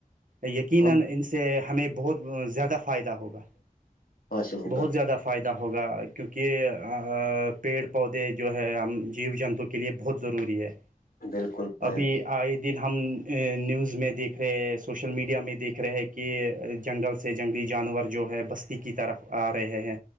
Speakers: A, on the right (about 65°); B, on the left (about 80°).
A: یقینا
B: ہم
A: ان سے ہمیں بہت زیادہ فائدہ ہوگا
B: حاصل ہوگا
A: بہت زیادہ فائدہ ہوگا کیونکہ پیڑ پودے جو ہے ہم جیو جنتو کے لیے بہت ضروری ہے
B: بالکل پایا
A: ابھی آئے دن ہم نیوز میں دیکھ رہے سوشل میڈیا میں دیکھ رہے ہے کہ جنگل سے جنگلی جانور جو ہے بستی کی طرف آ رہے ہیں